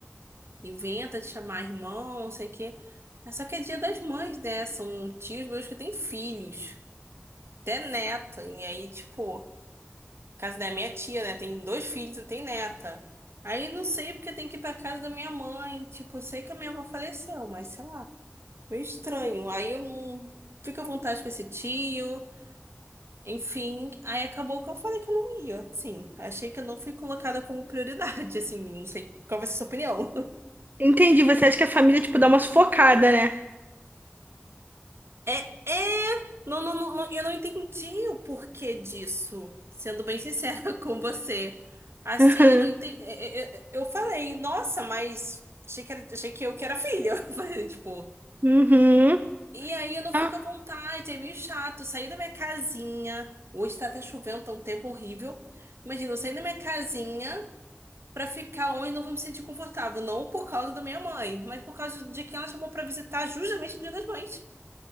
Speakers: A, on the right; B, on the right.
A: Inventa de chamar irmão, não sei o quê. É Só que é Dia das Mães, né? São tios meus que têm filhos, até neta. E aí, tipo. Casa da minha tia, né? Tem dois filhos e tem neta. Aí não sei porque tem que ir pra casa da minha mãe. Tipo, eu sei que a minha avó faleceu, mas sei lá. Meio estranho. Aí eu não fico à vontade com esse tio. Enfim, aí acabou que eu falei que eu não ia. Sim, achei que eu não fui colocada como prioridade. <laughs> Assim, não sei qual vai ser a sua opinião.
B: Entendi, você acha que a família, tipo, dá uma sufocada, né?
A: É, é, não, não, não, não- eu não entendi o porquê disso, sendo bem sincera <laughs> com você. Assim,
B: <laughs>
A: eu não entendi. Eu, eu falei, nossa, mas achei que, era- achei que eu que era filho. <laughs> Eu falei, Tipo,
B: Uhum. Uhum.
A: e aí eu não
B: Ah,
A: fico à vontade, é meio chato. Sair da minha casinha. Hoje tá até chovendo, tá um tempo horrível. Imagina, eu sair da minha casinha pra ficar onde não vou me sentir confortável. Não por causa da minha mãe, mas por causa de quem ela chamou pra visitar justamente no Dia das Mães.